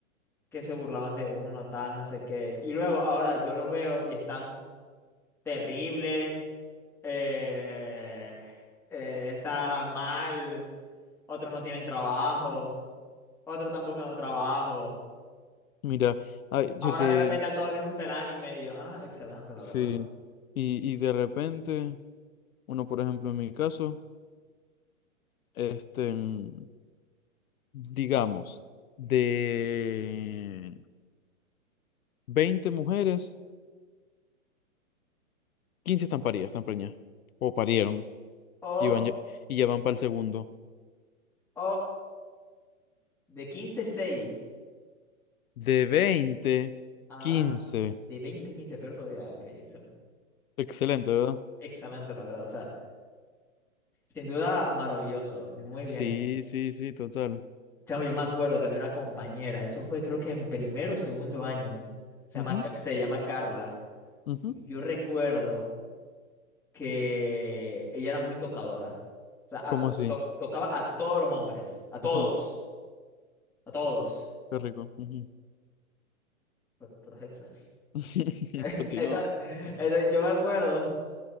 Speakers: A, in the centre; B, on the left.
A: que se burlaban de uno, tal, no sé qué. Y luego, ahora yo los veo y están terribles, eh, eh, están mal, otros no tienen trabajo, otros están buscando trabajo.
B: Mira, ay, yo
A: Ahora
B: te,
A: de repente a todos les gusta el anime y yo, ah, excelente, la
B: sí.
A: verdad.
B: Y, y de repente, uno, por ejemplo, en mi caso, este, mm, digamos, de 20 mujeres, 15 están paridas, están preñadas. O parieron
A: Oh,
B: y, van ya, y ya van para el segundo.
A: oh, de quince seis
B: De veinte
A: Ah,
B: quince
A: de veinte quince peor todavía. Ok, excelente.
B: Excelente,
A: No,
B: ¿verdad?
A: Excelente, la verdad. O sea, sin duda maravilloso. Muy bien.
B: Sí, sí, sí, total.
A: Chamo, yo me acuerdo que había una compañera, eso fue creo que en primero o segundo año, se
B: Ujú,
A: llama, Ca- se llama Carla.
B: ujú.
A: Y yo recuerdo que ella era muy tocadora. O sea, a
B: ¿Cómo
A: to-
B: así?
A: to- tocaba a todos los hombres, a todos,
B: Ujú,
A: a todos.
B: Qué rico. ujú.
A: Pero, pero es hexa.
B: <laughs>
A: <laughs>
B: Continúa.
A: Entonces, entonces yo me acuerdo.